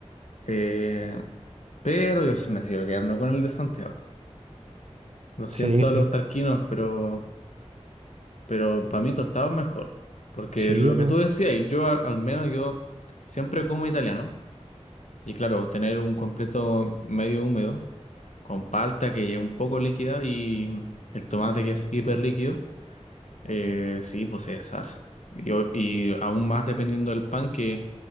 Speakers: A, on the left; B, on the right.
A: Eh, pero yo sí me sigo quedando con el de Santiago. Lo siento
B: Sí,
A: a
B: sí,
A: los talquinos, pero, pero para mí tostado es mejor. Porque
B: sí,
A: lo
B: pues.
A: que tú decías, yo al, al menos yo siempre como italiano. Y claro, tener un completo medio húmedo, con palta que es un poco líquida y el tomate que es hiper líquido. Eh, sí, pues es sas. Y, o- y aún más dependiendo del pan, que